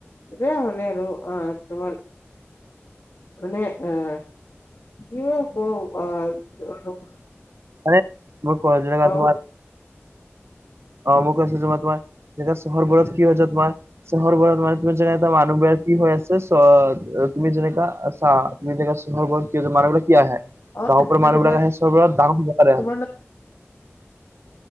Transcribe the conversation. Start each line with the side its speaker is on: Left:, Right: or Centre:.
Left: এতিয়া মানে আৰু আহ তুমাৰ মানে আহ কিবা ক আ <inaudible>
Right: এ মই কৰা জেগাত
Left: গাঁৱত
Right: তোমাৰ অ মই কৈছোঁ তুমাৰ এতিয়া চহৰবোৰত কি হৈছে তোমাৰ চহৰবোৰত মানে তুমি যেনে এটা মানুহ বেয়া কি হৈ আছে চ তুমি যেনেকা চা <inaudible> চহৰোৰত কি মানুহবিলাক কি আহে
Left: অ
Right: গাঁও পৰা মানুহবিলাক
Left: তোমাৰ
Right: আহে চবত দাও বাৰে আহে
Left: তোমাৰ